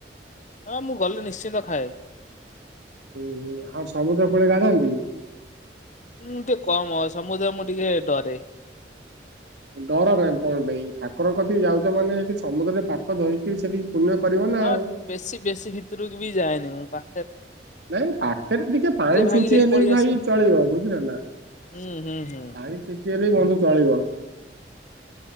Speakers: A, on the left; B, on the right.
A: ହଁ ମୁଁ ଗଲେ ନିଶ୍ଚିନ୍ତ ଖାଏ।
B: ହୁଁ ହୁଁ ଆଉ ସମୁଦ୍ର କୂଳେ ଗାଧାନ୍ତି?
A: ହୁଁ ଟିକେ କମ୍, ସମୁଦ୍ର ମୁଁ ଟିକେ ଡରେ।
B: ଡର କାଇଁ କଣ ପାଇଁ, ଠାକୁରଙ୍କ କତିକି ଯାଉଛ ମାନେ ଯଦି ସମୁଦ୍ରରେ ପାପ ଧୋଇକିରି ସେଠି ପୁଣ୍ୟ କରିବ ନା
A: ହଁ
B: ଆଉ।
A: ବେଶୀ ବେଶୀ ଭିତରକୁ ବି ଯାଏନି ମୁଁ ପା
B: ନାଇଁ ପାଖରେ ଟିକେ ପାଣି
A: ଭାଙ୍ଗି
B: ଛିଞ୍ଚି
A: ଦେଇକି
B: ହେଲେ
A: ପଳେଇ
B: ବି ଭାଇ
A: ଆସେ
B: ଚଳିବ ବୁଝିଲ ନା।
A: ହୁଁ ହୁଁ ହୁଁ
B: ପାଣି ଛିଞ୍ଚି ହେଲେ ବି ବନ୍ଧୁ ଚଳିବ।